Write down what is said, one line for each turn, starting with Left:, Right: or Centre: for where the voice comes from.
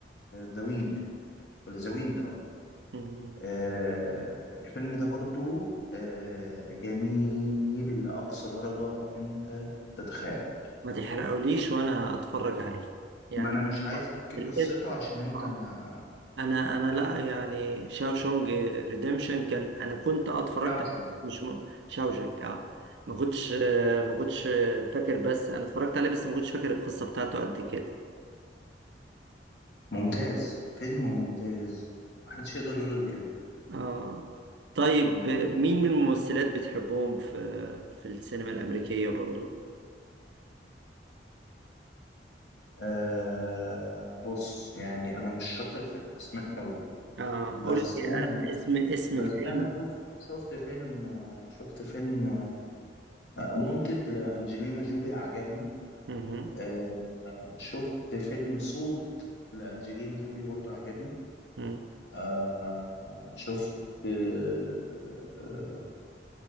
Left: ذا وينج ولا ذا ويند اه
Right: مم.
Left: آه، الفيلم ده برضو آه جميل لأقصى درجة انت تتخيلها
Right: ما تحرقوليش وأنا أتفرج عليه يعني
Left: ما انا مش عايز احكي
Right: الاسم
Left: قصته عشان انت
Right: آه.
Left: ما
Right: أنا أنا لا يعني شاوشونج ريديمشن كان أنا كنت آه اتفرجت
Left: شاوشنج
Right: عليه، مش م... شاوشنج اه ما كنتش آه، ما كنتش آه، فاكر بس أنا اتفرجت عليه بس ما كنتش فاكر القصة بتاعته قد كده
Left: ممتاز فيلم ممتاز محدش يقدر يقول غير كده
Right: اه طيب مين من الممثلات بتحبهم في في السينما الأمريكية برضو
Left: آه بص يعني انا مش شاطر في الاسماء قوي
Right: اه
Left: بس
Right: قول لي
Left: انا
Right: آه، اسم اسم
Left: بس
Right: الفيلم
Left: انا شفت شفت فيلم آه، شفت فيلم وونتد لانجلينا جولي عجبني
Right: مهم.
Left: آه آه، شفت فيلم سولت لانجلينا جولي برضو عجبني
Right: مم.
Left: آه شفت آه